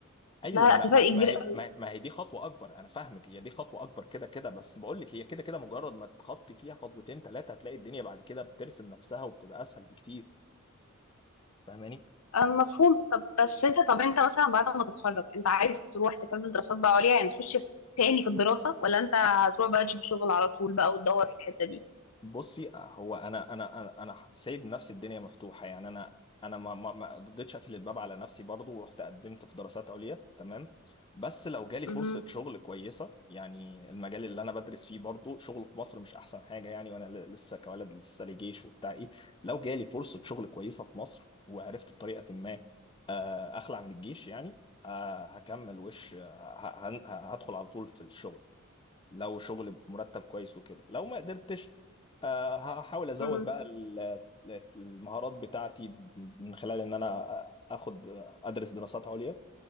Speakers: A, on the left; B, on the left.
A: ايوه
B: لا
A: ما
B: لا
A: انا
B: في فرق
A: ما
B: كبير
A: ما هي
B: قوي.
A: ما ما هي دي خطوه اكبر انا فاهمك هي دي خطوه اكبر كده كده بس بقول لك هي كده كده مجرد ما تخطي فيها خطوتين ثلاثه هتلاقي الدنيا بعد كده بترسم نفسها وبتبقى اسهل بكتير فاهماني
B: آه، مفهوم طب بس انت طب انت مثلا بعد ما تتخرج انت عايز تروح تكمل دراسات بقى عليا يعني تخش في- تاني في الدراسة ولا انت هتروح بقى تشوف شغل على طول بقى وتدور في الحتة دي
A: بصي هو انا انا انا انا سايب نفسي الدنيا مفتوحه يعني انا انا ما ما ما قدرتش اقفل الباب على نفسي برضو ورحت قدمت في دراسات عليا تمام بس لو جالي
B: مهم.
A: فرصه شغل كويسه يعني المجال اللي انا بدرس فيه برضو شغله في مصر مش احسن حاجه يعني وانا ل- لسه كولد لسه لي جيش وبتاع ايه لو جالي فرصه شغل كويسه في مصر وعرفت بطريقه ما آه، اخلع من الجيش يعني آه، هكمل وش آه، ه- هن- هدخل على طول في الشغل لو شغل بمرتب كويس وكده لو ما قدرتش آه، هحاول ازود
B: مم.
A: بقى ال- المهارات بتاعتي من خلال ان انا آه، اخد آه، ادرس دراسات عليا